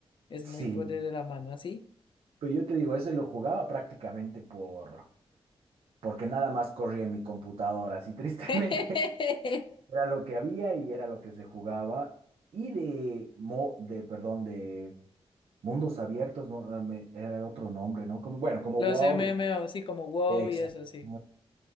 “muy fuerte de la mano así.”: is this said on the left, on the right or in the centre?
Left